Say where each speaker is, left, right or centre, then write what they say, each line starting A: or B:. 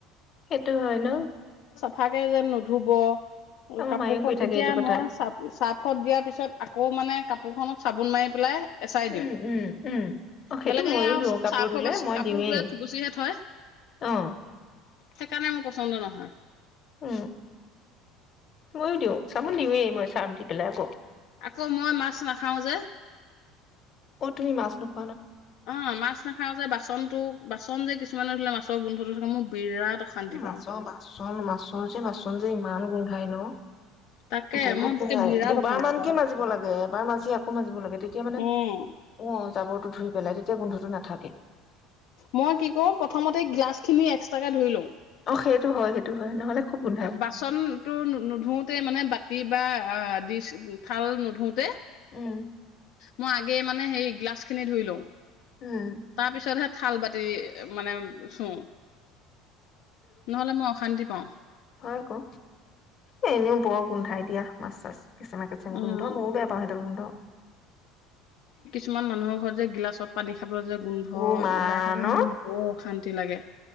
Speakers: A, on the left; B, on the left.
A: সেইটো হয় ন
B: ফাকে যেন নোধুব।
A: আমাৰ
B: কাপোৰ
A: মায়েও
B: খত
A: কৈ থাকে
B: এতিয়া
A: এইটো কথা।
B: মই চ চাৰফত দিয়াৰ পিছত আকৌ মানে কাপোৰখনত চাবোন মাৰি পেলাই। এচাৰি দিওঁ
A: উম উম উম অ সেইটো
B: বেলেগে
A: ময়ো
B: আৰু
A: দিওঁ কাপোৰ
B: চাৰ্ফৰ
A: ধুলে
B: বা
A: মই
B: কাপোৰটোৱে
A: দিওঁৱেই
B: থুকুচিহে থয়
A: অ
B: সেইকাৰণে মোৰ পচন্দ নহয়
A: উম ময়ো দিওঁ চাবুন দিওঁয়ে মই চাৰফ দি পেলাই আকৌ।
B: আকৌ মই মাছ নাখাওঁ যে
A: অ তুমি মাছ নোখো
B: অ মাছ নাখাও যে বাচনতটো বাচন যে কিছুমানে ধৰিলে মাছ। ছয় গন্ধ‌ লয় থকা মোৰ বিৰাট অশান্তি
A: মাছৰ
B: পাওঁ
A: বাচন, মাছৰ যে বাচন যে ইমান গো নাই ন।
B: তাকে
A: বহুত
B: মই
A: কোমাই
B: বিৰাট
A: দুবাৰ
B: অশান্তি
A: মানকে
B: পাওঁ
A: মাজিব লাগে এবাৰ মাজি আকৌ মাজিব লাগে তেতিয়া মানে
B: উম
A: অ। জাবৰটো ধুই পেলাই তেতিয়া গোন্ধটো নাথাকে।
B: মই কি কৰোঁ প্ৰথমতে গ্লাছ খিনি এক্সট্ৰাকে ধুই ল‌ওঁ।
A: অ সেইটো হয়, সেইটো হয়, নহ'লে খুব গোন্ধাই।
B: বাচনতো নোধোতে মানে বাতি কিবা অ দিচ খাল, নোধোতে।
A: উম।
B: মই আগে মানে সেই গ্লাছ খিনি ধুই লওঁ।
A: উম,
B: তাৰ পিছতহে। থাল বাতি মানে চুও। নহলে মই অশান্তি অ'।
A: আকৌ এ এনেও বৰ গোন্ধাই দিয়া মাছ চাছ। কিছুমান
B: উম
A: গোন্ধ ময়ও বেয়া পাওঁ সেইটো গোন্ধ।
B: কিছু মানুহৰ ঘৰত যে গিলাছত পানী। খাবলৈ যে গোন্ধ
A: অ মা,
B: ওলাই থাকে
A: ন!
B: মোৰ বৰ অশান্তি লাগে